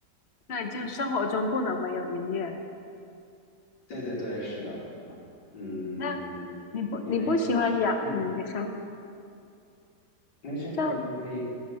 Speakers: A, on the left; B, on the left.
A: 对，就生活中不能没有音乐。
B: 对对对，是的，嗯，
A: 那你不你不喜欢摇，
B: 因为其实嗯，
A: 嗯，你说。
B: 没事，
A: 像
B: 嗯，你可以。